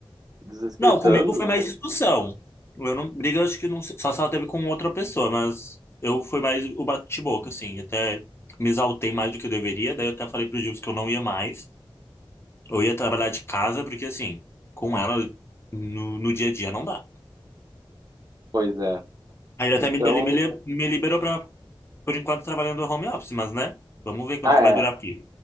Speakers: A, on the right; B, on the left.
A: desrespeitando.
B: Não, comigo foi mais discussão. Eu não, briga, eu acho que não sei, só se ela teve com outra pessoa, mas eu fui mais o bate-boca, assim. Até me exaltei mais do que eu deveria, daí eu até falei pro Gil que eu não ia mais. Eu ia trabalhar de casa, porque assim, com ela no, no dia a dia não dá.
A: Pois é.
B: Aí ele
A: Então,
B: até me, ele me, li- me liberou pra, por enquanto, trabalhando home office, mas né? Vamos ver quanto
A: ah,
B: que
A: é.
B: vai durar a pira.